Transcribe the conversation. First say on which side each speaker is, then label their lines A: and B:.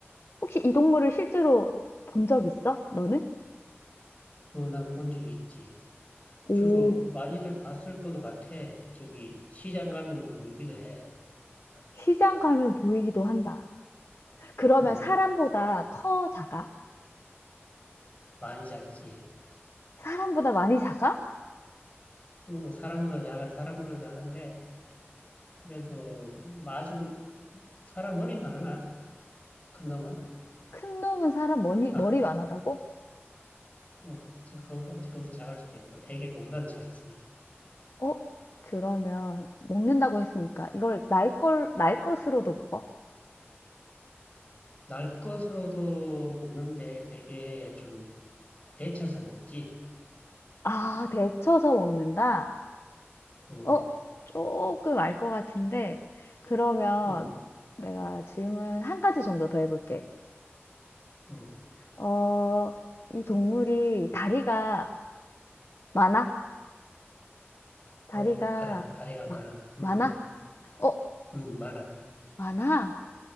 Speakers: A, on the left (about 70°); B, on the left (about 30°).
A: 혹시 이 동물을 실제로 본 적 있어? 너는?
B: 그거 난 본 적이 있지.
A: 오,
B: 주로 많이들 봤을 것도 같아. 저기 시장 가면은 보이기도 해.
A: 시장 가면 보이기도 한다. 그러면
B: 음,
A: 사람보다 커, 작아?
B: 많이 작지.
A: 사람보다 많이 작아?
B: 음, 사람보다 작아, 사람보다 작은데 그래도 음, 아주 사람 머리만 하나? 큰 놈은?
A: 큰 놈은 사람 머리,
B: 아,
A: 머리 많아다고?
B: 어, 자, 그거보다, 그거보다 작을 수도 있고, 되게 그거보단 작지.
A: 어, 그러면 먹는다고 했으니까 이걸 날 걸, 날 것으로도 먹어?
B: 날 것으로도 먹는데 되게 좀 데쳐서 먹지.
A: 아, 데쳐서 먹는다?
B: 응,
A: 어, 조금 알 것 같은데, 그러면
B: 응,
A: 내가 질문 한 가지 정도 더 해볼게.
B: 응.
A: 어, 이 동물이 다리가 많아? 다리가
B: 어, 많아. 다리가
A: 마-
B: 많아. 응,
A: 많아? 어,
B: 응, 많아.
A: 많아?